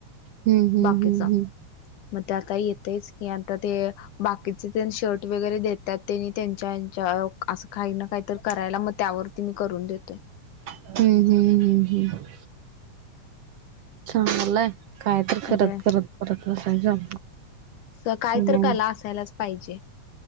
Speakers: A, on the right (about 65°); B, on the left (about 85°).
A: हम्म हम्म
B: बाकीचा.
A: हम्म
B: म ते आता येतेच की आता ते बाकीचे शर्ट वगैरे देतात. त्यांनी त्यांच्या याच्या असं काही ना काहीतर करायला म त्यावरती मी करून देतोय.
A: हम्म हम्म हम्म हम्म. चांगलाय काय तर करत
B: होय
A: करत परत बसायचं.
B: स काय
A: हम्म
B: तर कला असायलाच पाहिजे.